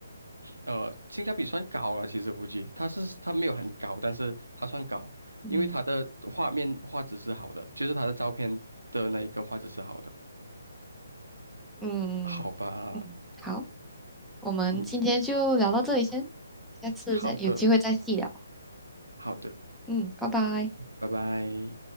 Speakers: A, on the right; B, in the centre.
A: 呃，性价比算高了。其实夫妻它是它没有很高，但是它算高，
B: 嗯。
A: 因为它的画面画质是好的，就是它的照片的那一个画质是好的。
B: 嗯嗯，
A: 好吧，
B: 好，我们今天就聊到这里先，
A: 嗯，
B: 下次再有机会再细聊。
A: 好的，好的，
B: 嗯，拜拜。
A: 拜拜。